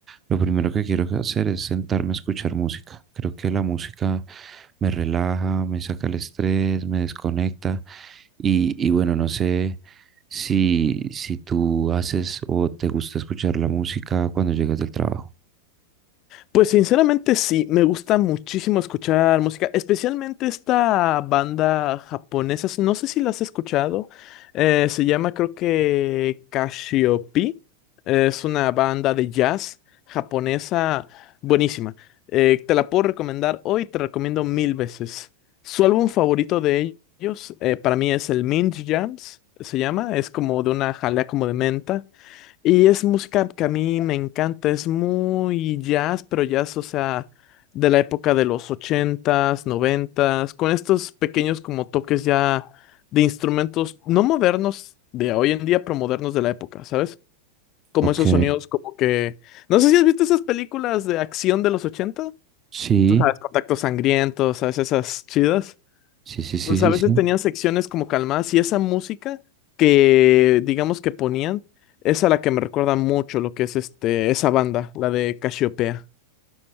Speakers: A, on the right; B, on the left.
A: lo primero que quiero hacer es sentarme a escuchar música. Creo que la música me relaja, me saca el estrés, me desconecta Y, y bueno, no sé si, si tú haces o te gusta escuchar la música cuando llegas del trabajo.
B: Pues sinceramente sí, me gusta muchísimo escuchar música, especialmente esta banda japonesa, no sé si la has escuchado, eh, se llama creo que Cassiope, es una banda de jazz japonesa buenísima, eh, te la puedo recomendar hoy, te recomiendo mil veces. Su álbum favorito de ellos eh, para mí es el Mint Jams, se llama, es como de una jalea como de menta. Y es música que a mí me encanta, es muy jazz, pero jazz, o sea, de la época de los ochentas, noventas, con estos pequeños como toques ya de instrumentos no modernos de hoy en día, pero modernos de la época, ¿sabes? Como
A: Ok,
B: esos sonidos como que... No sé si has visto esas películas de acción de los ochenta,
A: sí,
B: tú sabes, Contacto Sangriento, ¿sabes? Esas chidas.
A: sí, sí, sí,
B: Pues
A: sí,
B: a veces
A: sí.
B: tenían secciones como calmadas y esa música que digamos que ponían es a la que me recuerda mucho lo que es este esa banda, la de Casiopea.